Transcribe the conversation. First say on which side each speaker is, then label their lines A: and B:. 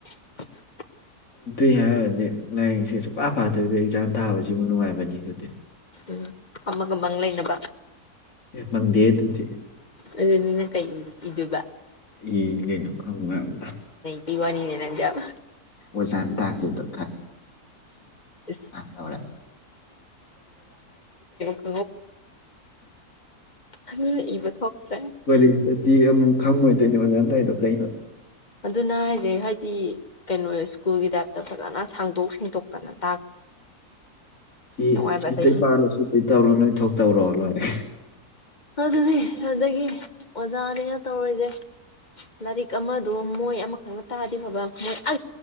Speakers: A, on the left; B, on the left.
A: <inaudible>
B: ꯑꯗꯨꯇꯩ ꯍꯥꯏꯔꯗꯤ ꯂꯥꯏꯔꯤꯛꯁꯦ ꯁꯨꯡꯐ ꯐꯥꯠꯇꯣꯏꯗ ꯑꯦꯛꯖꯥꯝ ꯊꯥꯕꯁꯤꯕꯨ ꯅꯨꯡꯉꯥꯏꯕꯅꯤ ꯑꯗꯨꯗꯗꯤ
A: ꯎꯝ ꯐꯃꯒꯃꯒ ꯂꯩꯅꯕ
B: ꯃꯟꯗꯦ ꯑꯗꯨꯗꯤ
A: ꯑꯗꯨꯅ ꯀꯩ ꯏꯕ
B: ꯏꯅꯤ ꯀꯩꯅꯣ ꯈꯪꯕ ꯑꯗ
A: ꯄꯤ ꯋꯥꯅꯤꯅꯦ ꯅꯪꯖꯕ
B: ꯑꯣꯖꯥꯅ ꯇꯥꯈꯤꯕꯗ
A: ꯣ
B: ꯇꯧꯔꯦ
A: ꯀ ꯑꯗꯨꯅ ꯏꯕ ꯊꯣꯛꯇ꯭ꯔꯦ
B: ꯑꯗꯂꯤꯁꯇꯗꯤ ꯈꯪꯉꯣꯏꯗꯣꯏꯅꯤ ꯑꯣꯖꯥꯟꯗꯥꯏꯗꯣ ꯀꯩꯅꯣ
A: ꯑꯗꯨꯅ ꯍꯥꯏꯁꯦ ꯍꯥꯏꯗꯤ ꯀꯩꯅꯣ ꯁ꯭ꯀꯨꯜꯒꯤ ꯇꯥꯏꯞꯇ ꯐꯖꯅ ꯁꯥꯡꯗꯣꯛ ꯁꯦꯡꯗꯣꯛꯇꯅꯅꯦ
B: ꯁꯤ
A: ꯅꯨꯡꯉꯥꯏꯕ
B: ꯁꯤ
A: ꯑꯗꯒꯤ
B: ꯄꯥꯔꯣ ꯁꯤ ꯇꯧꯔꯣ ꯅꯣꯏ ꯊꯣꯛꯇꯧꯔꯣ ꯂꯣꯏꯔꯦ
A: ꯑꯗꯨꯅꯤ ꯑꯗꯒꯤ ꯑꯣꯖꯥꯅꯦꯅ ꯇꯧꯔꯔꯤꯁꯦ ꯂꯥꯏꯔꯤꯛ ꯑꯃꯗꯣ ꯃꯣꯏ ꯑꯃꯈꯛꯅ ꯇꯥꯗꯤ ꯐꯕ ꯃꯣꯏ ꯑ